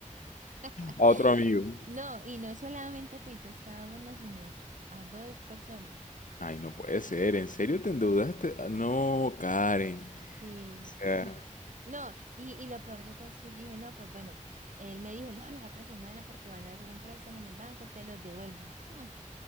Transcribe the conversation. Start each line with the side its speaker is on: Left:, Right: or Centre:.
Right: <gasps>
Left: A otro amigo.
Right: No, y no solamente pedir prestado a una, sino a dos personas.
Left: Ay, no puede ser, ¿en serio te endeudaste? Ah, No, Karen.
Right: Sí.
Left: O sea,
Right: Ah, No, y, y lo peor de todo es que yo dije, no, pues bueno, él me dijo, no, la otra semana porque van a hacer un préstamo en el banco, te los devuelvo. Hmm.